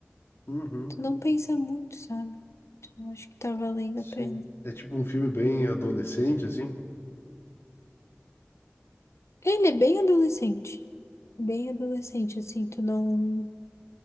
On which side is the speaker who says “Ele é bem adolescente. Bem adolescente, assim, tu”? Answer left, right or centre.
Left